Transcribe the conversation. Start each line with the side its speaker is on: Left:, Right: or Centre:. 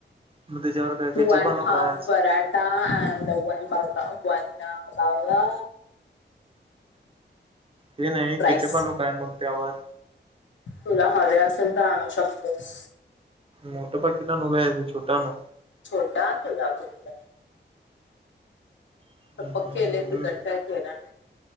Right: मग त्याच्यावर काय केचप
Left: टू अँड
Right: आणू
Left: हाफ
Right: काय आज
Left: पराठा अ वन बावला, वन बावला
Right: ते नाही
Left: राईस
Right: किती पण लोक हाय मग त्यावर
Left: तुला हवे असेल तर आणू शकतोस.
Right: मोठ पाकीट आणू काय छोटं आणू?
Left: छोट आण तुज्यापुरतं
Right: आणू
Left: सपक केलय तिकट काय केला नाय.